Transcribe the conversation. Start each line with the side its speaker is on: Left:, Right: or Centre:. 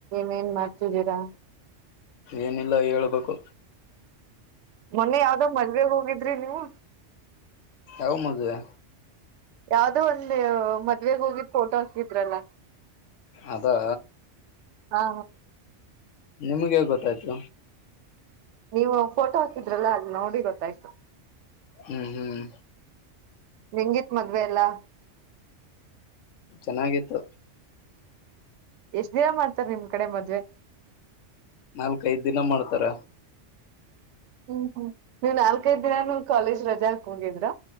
Right: ನೇನ್ ಮಾಡ್ತಿದ್ದೀರಾ
Left: ಏನಿಲ್ಲ ಹೇಳ್ಬೇಕು
Right: ಮೊನ್ನೆ ಯಾವ್ದೋ ಮದ್ವೆಗ್ ಹೋಗಿದ್ರಿ ನೀವು
Left: ಯವ್ ಮದುವೆ
Right: ಯಾವ್ದೋ ಒಂದು ಮದ್ವೆಗ ಹೋಗಿ ಫೋಟೋ ಹಾಕಿದ್ರಲ್ಲ
Left: ಅದಾ
Right: ಹಾ
Left: ನಿಮಗೆೇ ಗೊತ್ತಾಯ್ತು
Right: ನೀವು ಫೋಟೋ ಹಾಕಿದ್ರಲ್ಲ ಅಲ್ಲಿ ನೋಡಿ ಗೊತ್ತಾಯ್ತು
Left: ಹ್ಮ್ ಹ್ಮ್
Right: ನಿಂಗಿತ್ ಮದ್ವೆ ಎಲ್ಲಾ
Left: ಚೆನ್ನಾಗಿತ್ತು
Right: ಎಷ್ಟ್ ದಿನ ಮಾಡ್ತಾರೆ ನಿಮ್ ಕಡೆ ಮದ್ವೆ
Left: ನಾಲ್ಕ ಐದ್ ದಿನ ಮಾಡ್ತಾರೆ
Right: ಹ್ಮ್ ಹ್ಮ್ ನೀವ್ ನಾಲ್ಕೈದು ದಿನನೂ ಕಾಲೇಜ್ ರಜಾ ಹಾಕ್ ಹೋಗಿದ್ರ